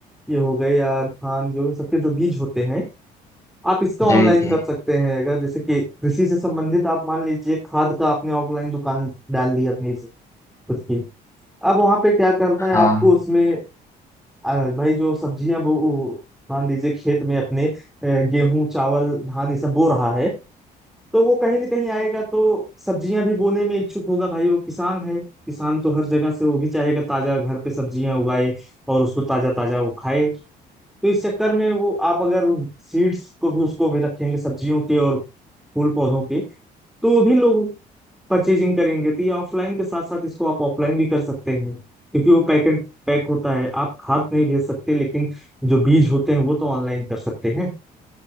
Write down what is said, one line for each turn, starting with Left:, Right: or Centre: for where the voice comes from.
Centre: ये हो गए या धान जो इन सबके जो बीज होते हैं आप इसका ऑनलाइन
Left: जी जी
Centre: कर सकते हैं अगर जैसे कि कृषि से संबंधित आप मान लीजिए खाद का आपने ऑफलाइन दुकान डाल ली अपनी खुद की अब वहां पे क्या करना
Left: हाँ
Centre: है आपको उसमें आ, भाई जो सब्जियां वो वो मान लीजिए खेत में अपने अ, गेहूं चावल धान ये सब बो रहा है तो वो कहीं ना कहीं आएगा तो सब्जियां भी बोने में इच्छुक होगा भाई वो किसान है किसान तो हर जगह से वो भी चाहेगा ताजा घर पे सब्जियां उगाए और उसको ताजा ताजा वो खाए तो इस चक्कर में वो आप अगर सीड्स को भी उसको भी रखेंगे सब्जियों के और फूल पौधों के तो वो भी लोग परचेजिंग करेंगे तो ये ऑफलाइन के साथ साथ इसको आप ऑफलाइन भी कर सकते हैं क्योंकि वो पैकेट पैक होता है आप खाद नहीं भेज सकते लेकिन जो बीज होते हैं वो तो ऑनलाइन कर सकते हैं